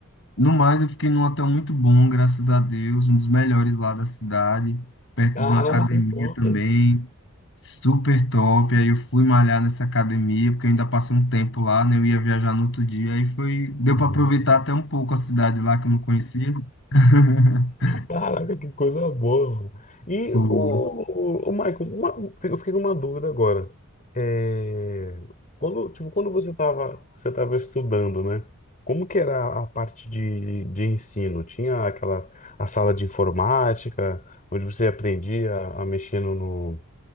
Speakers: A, on the left (about 60°); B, on the left (about 35°).
A: no mais eu fiquei num hotel muito bom, graças a Deus, um dos melhores lá da cidade, perto
B: Caramba,
A: de uma academia
B: que top!
A: também, super top. Aí eu fui malhar nessa academia, porque eu ainda passei um tempo lá, né? Eu ia viajar no outro dia, aí foi, deu
B: Uhum.
A: para aproveitar até um pouco a cidade lá que eu não conhecia. <laughs>
B: Caraca, que coisa boa. mano. E
A: Foi.
B: o, o Michael, uma- eu fiquei com uma dúvida agora. É, quando, tipo, quando você estava você tava estudando, né? Como que era a parte de, de ensino? Tinha aquela a sala de informática, onde você aprendia a mexer no, no-